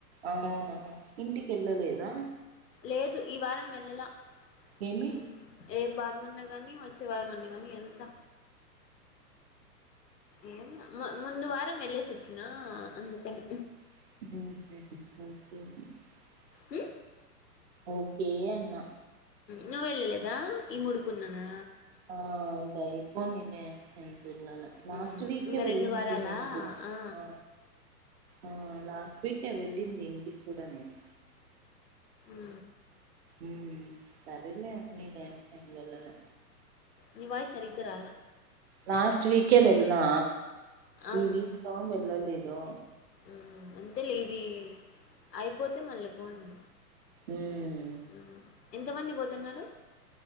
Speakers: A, on the right; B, on the left.
A: అవునా, ఇంటికి ఎళ్లలేదా,
B: లేదు ఈ వారం వెళ్ళలా
A: ఏమి
B: ఊ ఏ వారం, మొన్న గాని వచ్చే వారం అన్నగాని ఎల్తా, ఏం ముందు వారం వెళ్లేసి వచ్చినా అందుకని,
A: <inaudible>
B: ఉ
A: ఓకే అన్నా,
B: నువ్వు వెళ్లలేదా ఈ మూడుపూఉంది అనా,
A: ఆ ఇది అయిపోనీలే ఎం, వెళ్లాలా లాస్ట్
B: హ్మ్
A: వీకే
B: ఇంగ
A: వెళ్ళాం
B: రెండు వారాలా
A: పిన్ని
B: ఆ
A: అహ, ఆ లాస్ట్ వెకే వెళ్ళింది ఇంటికి కూడా నేను,
B: ఊ
A: ఊ సరెలే ని టైం కి వెళ్ళలే,
B: ని వాయిస్ సరిగ్గరాల,
A: లాస్ట్ వీకే వెల్లినా
B: ఆ
A: ఈ వీక్ లో వెళ్ళలేదు, తో
B: హు అంతే లే ఇది అయిపోతే మల్ల పోండి,
A: ఉమ్
B: ఉ ఎంతమంది పోతున్నారు,